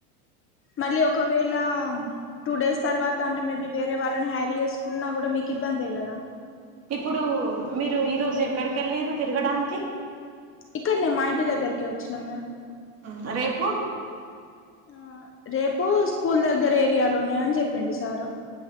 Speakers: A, on the left; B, on the right.
A: మళ్ళీ ఒకవేళ టూ డేస్ తర్వాత అంటే మేబి వేరే వాళ్ళని హ్యారీ చేసుకున్నా కూడా మీకు ఇబ ఇబ్బందే కదా
B: ఇప్పుడు మీరు ఈరోజు ఎక్కడికి వెళ్ళిరు తిరగడానికి
A: ఇక్కడ నే మా ఇంటి దగ్గరకే వచ్చినాం మేము
B: ఆ రేపు
A: ఆ రేపు స్కూల్ దగ్గర ఏరియాలోనే అని చెప్పిండు సారు